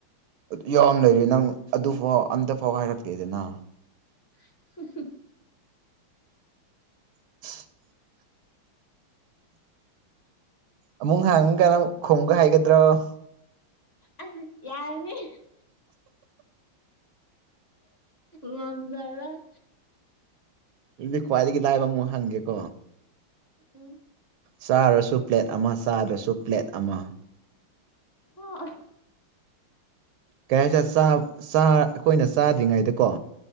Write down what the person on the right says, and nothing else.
ꯑꯠ ꯌꯥꯝ ꯂꯩꯔꯦ ꯅꯪ ꯑꯗꯨꯐꯥꯎ ꯑꯝꯇ ꯐꯥꯎ ꯍꯥꯏꯔꯛꯇꯦꯗꯅ꯫
<inaudible> ꯑꯃꯨꯛ ꯍꯡꯉ ꯀꯥꯟꯅꯑꯃꯨꯛ ꯈꯨꯡꯒ ꯍꯩꯒꯗꯔꯣ ꯫
ꯗꯨꯗꯤ ꯈ꯭ꯋꯥꯏꯗꯒꯤ ꯂꯥꯏꯕ ꯑꯃꯨꯛ ꯍꯪꯒꯦꯀꯣ꯫
ꯆꯥꯔꯁꯨ ꯄ꯭ꯂꯦꯠ ꯑꯃ ꯆꯥꯗ꯭ꯔꯁꯨ ꯄ꯭ꯂꯦꯠ ꯑꯃ꯫
ꯀꯩ ꯍꯥꯏꯁꯦꯔꯥ ꯆꯥꯞ ꯆꯥꯔ ꯑꯩꯈꯣꯏꯅ ꯆꯥꯗ꯭ꯔꯤꯉꯩꯗꯀꯣ꯫